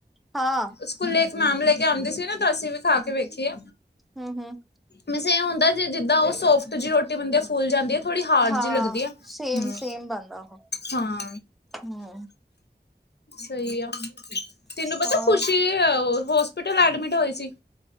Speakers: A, in the centre; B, on the left (about 70°).
A: ਹਾਂ
B: ਸਕੂਲੇ ਇੱਕ ਮੈਡਮ ਲੈ ਕੇ ਆਉਂਦੀ ਸੀ ਨਾ, ਤਾਂ ਅਸੀਂ ਵੀ ਖਾ ਕੇ ਵੇਖੀ ਏ
A: ਹੂੰ ਹੂੰ
B: ਵੈਸੇ ਇਹ ਹੁੰਦਾ, ਜੇ ਜਿੱਦਾਂ ਉਹ ਸੋਫਟ ਜ ਤੇ ਬਣਦੇਯਾ ਫੁੱਲ ਜਾਂਦੀ ਐ, ਥੋੜ੍ਹੀ ਹਾਰਡ
A: ਹਾਂ
B: ਜੀ ਲੱਗਦੀ ਆ, ਹੂੰ
A: ਸੇਮ ਸੇਮ ਬਣਦਾ ਉਹ
B: ਹਾਂ
A: ਹੂੰ
B: ਸਹੀ ਆ, ਤੈਨੂੰ ਪਤਾ
A: ਹਾਂ
B: ਖ਼ੁਸ਼ੀ ਹੈ ਹੋਸਪਿਟਲ ਐਡਮਿਟ ਹੋਏ ਸੀ।